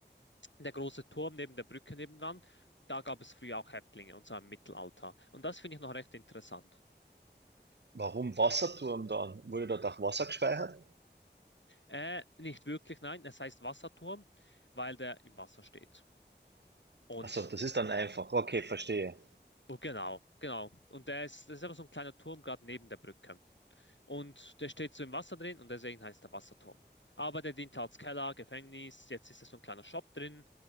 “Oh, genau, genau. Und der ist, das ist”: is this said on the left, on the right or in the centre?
Left